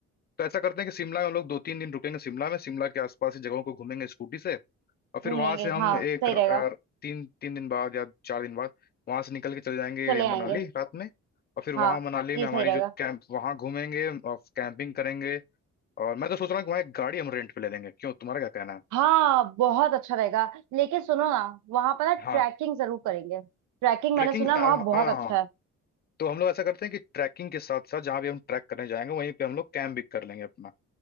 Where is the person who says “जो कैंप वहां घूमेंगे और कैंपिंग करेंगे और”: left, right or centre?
Left